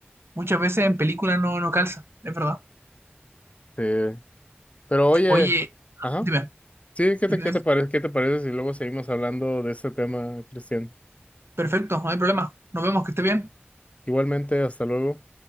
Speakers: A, on the right; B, on the left.
A: muchas veces en película no, no calza, es verdad.
B: Eh, pero oye,
A: Oye,
B: ajá,
A: dime,
B: sí, ¿qué
A: dime,
B: te, qué
A: dime.
B: te parece, qué te parece si luego seguimos hablando de este tema, Cristian?
A: Perfecto, no hay problema. Nos vemos, que esté bien.
B: Igualmente, hasta luego.